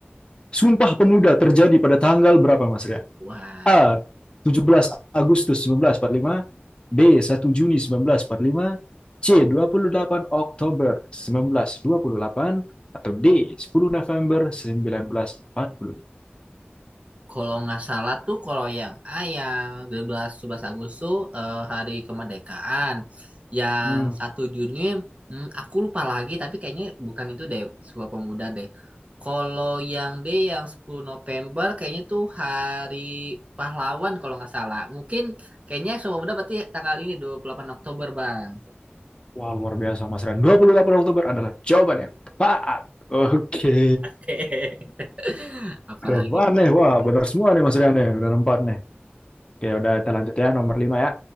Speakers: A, on the left; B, on the right.
A: Sumpah
B: empat
A: Pemuda terjadi pada tanggal berapa Mas Rian?
B: kuat.
A: A. 17 Agustus 1945, B. satu Juni 1945, C. dua puluh delapan Oktober seribu sembilan ratus dua puluh delapan atau D. 10 November 1945
B: Kalau nggak salah tuh kalau yang A yang 12 11 Agustus eh, hari kemerdekaan. Yang
A: hmm.
B: 1 Juni hmm, aku lupa lagi tapi kayaknya bukan itu deh Sumpah Pemuda deh. Kalau yang D yang 10 November kayaknya tuh hari pahlawan kalau nggak salah. Mungkin kayaknya Sumpah Pemuda berarti tanggal ini 28 Oktober, Bang.
A: Wah luar biasa Mas Ren dua puluh delapan Oktober adalah jawaban yang tepat Oke
B: Oke. <laughs> Apalagi
A: Keren banget
B: nih kira-kira.
A: nih Wah benar semua nih Mas Rian nih Udah empat nih Oke udah kita lanjut ya nomor 5 ya